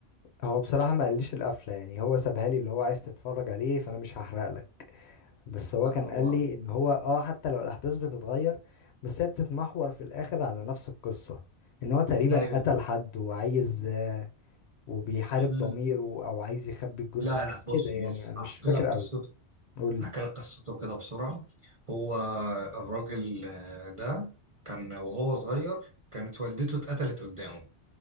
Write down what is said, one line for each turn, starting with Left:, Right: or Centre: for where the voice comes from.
Left: هو بصراحة ما قاليش القفلة يعني هو سابها لي اللي هو عايز تتفرج عليه فانا مش هحرق لك بس هو
Right: لا
Left: كان
Right: هو
Left: قال لي ان هو اه حتى لو الاحداث بتتغير بس هي بتتمحور في الاخر على نفس القصة ان هو تقريبا
Right: ايوه
Left: قتل حد وعايز آه، وبيحارب
Right: مم.
Left: ضميره او عايز يخبي الجثة
Right: لا
Left: حاجة
Right: لا بص
Left: كده يعني
Right: بص
Left: انا مش
Right: احكي
Left: فاكر
Right: لك قصته
Left: قوي قول لي
Right: احكي لك قصته كده بسرعة هو الراجل آه، ده كان وهو صغير كانت والدته اتقتلت قدامه